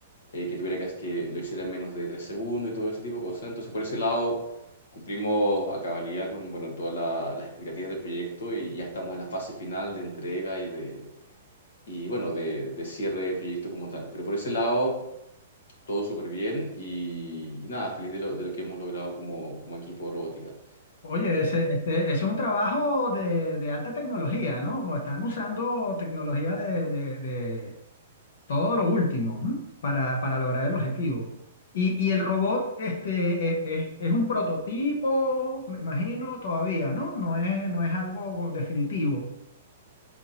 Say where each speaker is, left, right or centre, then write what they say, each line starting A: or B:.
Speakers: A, on the left (about 80°); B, on the left (about 65°).
A: eh, que tuviera que, que lo hiciera en menos de 3 segundos y todo ese tipo de cosas. Entonces, por ese lado, cumplimos a cabalidad con, bueno, todas la- las expectativas del proyecto y ya estamos en la fase final de entrega y de, y bueno, de, de cierre del proyecto como tal. Pero por ese lado... Todo súper bien y, y nada, feliz de lo, de lo que hemos logrado como, como equipo de robótica.
B: Oye, ese, este, ese es un trabajo de, de alta tecnología, ¿no? O Están usando tecnología de, de- de todo lo último, ¿m? para, para lograr el objetivo. Y, y el robot este, e- es, es un prototipo, me imagino, todavía, ¿no? No es, no es algo definitivo.